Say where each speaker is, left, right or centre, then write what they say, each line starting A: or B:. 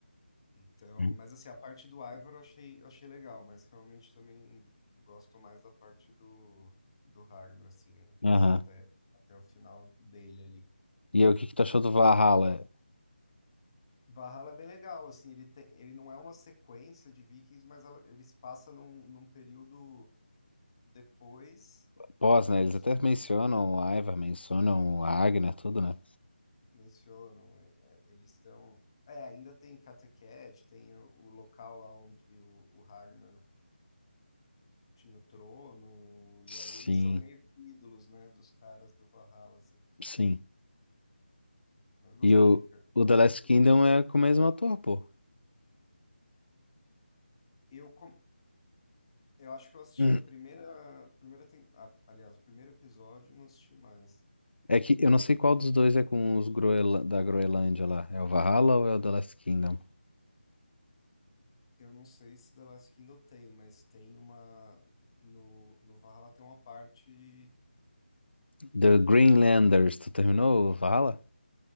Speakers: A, on the left; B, on the left.
A: Então,
B: Uhum.
A: mas assim, a parte do Ivar eu achei, eu achei legal, mas realmente também gosto mais da parte do, do Ragnar, assim,
B: Aham.
A: até, até o final dele ali.
B: E aí, o que que tu achou do Valhalla?
A: Valhalla é bem legal, assim, ele, tem, ele não é uma sequência de Vikings, mas ela, ele se passa num, num período depois,
B: pós, né?
A: como
B: Eles
A: se
B: até
A: fosse,
B: mencionam o Ivar, mencionam a Ragnar, tudo, né?
A: mencionam, é, é, eles estão... É, ainda tem Cattegat, tem o, o local lá onde o, o Ragnar tinha o Trono,
B: Sim,
A: e aí eles são meio que ídolos, né, dos caras do Valhalla, assim.
B: sim.
A: Mas gostei,
B: E o,
A: cara,
B: o The Last
A: bastante.
B: Kingdom é com o mesmo ator, pô.
A: Eu, com- eu acho que eu assisti
B: Hum.
A: a primeira, primeira tem... ah, aliás, o primeiro episódio, eu não assisti mais.
B: É que eu não sei qual dos dois é com os Groenla- da Groenlândia lá. É o Valhalla ou é o The Last Kingdom?
A: Eu não sei se The Last Kingdom tem, mas tem uma, no, no Valhalla tem uma parte,
B: The Greenlanders. Tu terminou o Valhalla?